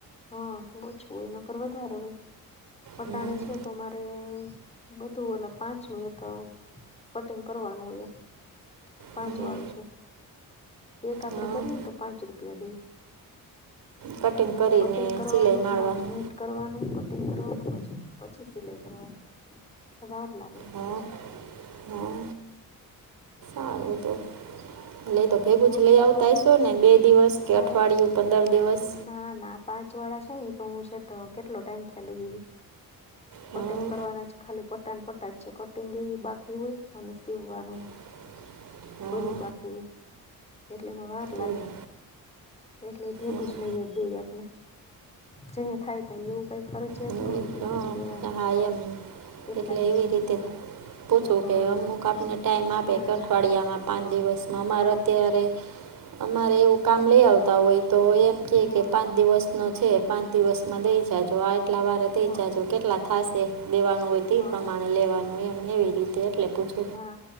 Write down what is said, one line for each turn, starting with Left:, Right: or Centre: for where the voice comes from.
Left: હા તો ઓછું હોય નકર વધારે હોય વટાણે
Right: હમ
Left: છે તો મારે બધું ઓલ પાંચ નું એક આવ કટિંગ કરવાનું એમ પાંચ
Right: હમ
Left: વાળું છે એક આપડે
Right: હા
Left: કરીએ ને તો પાંચ રૂપિયા દઈ
Right: કટિંગ
Left: એનું
Right: કરીને
Left: કટિંગ કરવાનું
Right: સિલાઈ મારવાની
Left: આ જોઈન્ટ કરવાનું કટિંગ કરવાનું પછી પછી સિલાઈ કરવાની વાર લાગે
Right: હા હા સારું તો લ તો ભેગું
Left: ઓલો
Right: જ
Left: ઓછા
Right: લઈ આવતા
Left: ભાવ
Right: હશો ને બે દિવસ દસ
Left: હા
Right: કે અઠવાિયું
Left: હો
Right: પંદર દિવસ
Left: ના ના પાંચ વાળા છે ને તો હું છે તો કેટલો ટાઈઇમથીં લઈ આવીવી
Right: હા
Left: કટિંગ કરવાના છે ખાલી પટાન પટાજ છે કટિંગ એ બાકી હોય અને સીવવાનું
Right: <inaudible> હા
Left: બધું બાકી હો એટલે એમાં વાર
Right: એવું
Left: લાગે કેટલે ભેગું
Right: હમ
Left: જ લઈએ દઈ આપને જ થાય ત એવું કઈ ફરજિયાત
Right: હા
Left: ન હોય કે આપડે દેવાનું
Right: હા
Left: જ
Right: એમ
Left: એટલા
Right: એટલે
Left: દઈએ
Right: એવી
Left: ને
Right: રીતે
Left: એટલા દઈએ
Right: પૂછવું
Left: એટલા
Right: કે
Left: હાલે
Right: અમુક આપને ટાઈમ આપે
Left: ના
Right: કે
Left: ના
Right: અઠવાડિયામાં પાંચ દિવસમાં અમારે
Left: હા
Right: અત્યારે અમારે એવું કામ લઈ આવતા હોય તો એમ કે
Left: હા
Right: કે પાંચ દિવસનોો છે પાંચ દિવસમાં દઈ જજ આ એટલા વાર
Left: હા
Right: જાજો કેટલા થશે દેવાનું હોય તે
Left: હા
Right: પ્રમાણે લેવાનું હોય એમ એવી રીતે એટલે પૂછવ
Left: હા